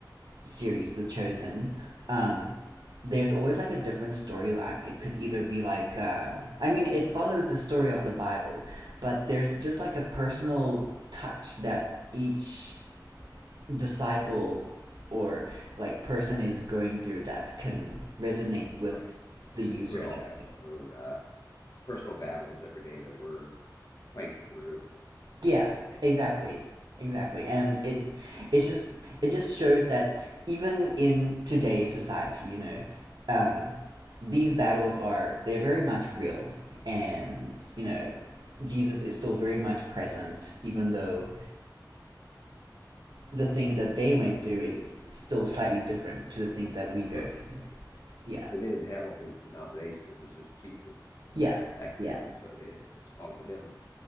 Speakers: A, on the right (about 70°); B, on the left (about 50°).
A: series The Chosen, um there's always like a different storyline. It could either be like um I mean, it follows the story of the Bible, but there's just like a personal touch that each disciple or like person is going through that can resonate with
B: Right, right.
A: the user
B: Because we all
A: that's
B: have
A: like
B: our own uh, personal battles every day that we're fighting through,
A: yeah
B: and
A: exactly
B: uh,
A: exactly and it it just it just shows that even in today's society you know um these battles are they're very much real and you know jesus is still very much present even though the things that they went through is still slightly different to the things that we go
B: right,
A: through
B: right.
A: yeah
B: And they didn't have all these denominations. It was just Jesus
A: yeah
B: back
A: yeah
B: then, so they had to just follow him